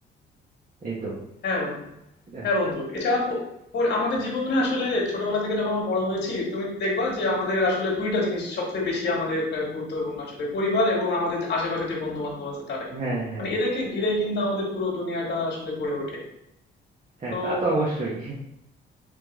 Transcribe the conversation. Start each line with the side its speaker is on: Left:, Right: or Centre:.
Right: এই তো
Left: হ্যাঁ বন্ধু
Right: হ্যাঁ
Left: হ্যাঁ বন্ধু এছাড়া প- পর- আমাদের জীবনে আসলে ছোটবেলা থেকে যখন আমরা বড় হয়েছি তুমি দেখবা যে আমাদের আসলে দুইটা জিনিস সবচেয়ে বেশি আমাদের আহ, গুরুত্বপূর্ণ আসলে পরিবার এবং আমাদের যে আশেপাশে যে বন্ধু বান্ধব আছে তারা
Right: হ্যাঁ হ্যাঁ
Left: মানে এদেরকে ঘিরেই কিন্তু আমাদের পুরো দুনিয়াটা আসলে গড়ে ওঠে
Right: হ্যাঁ
Left: তো
Right: তা তো অবশ্যই